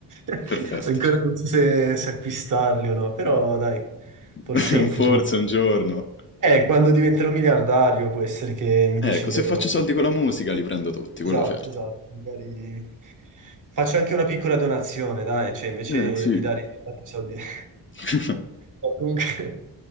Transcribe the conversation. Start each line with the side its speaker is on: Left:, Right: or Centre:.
Right: <laughs>
Left: Perfetto.
Right: ancora non so se, se acquistarli o no, però dai, forse
Left: <laughs>
Right: in
Left: Un forse
Right: futuro.
Left: un giorno.
Right: Eh, quando diventerò miliardario può essere che mi
Left: Ecco,
Right: deciderò
Left: se faccio
Right: di...
Left: soldi con la musica li prendo tutti,
Right: Esatto,
Left: quello certo.
Right: esatto, magari faccio anche una piccola donazione, dai, cioè invece
Left: Eh, sì.
Right: di dare tanti soldi. <laughs>
Left: <laughs>
Right: No, Comunque,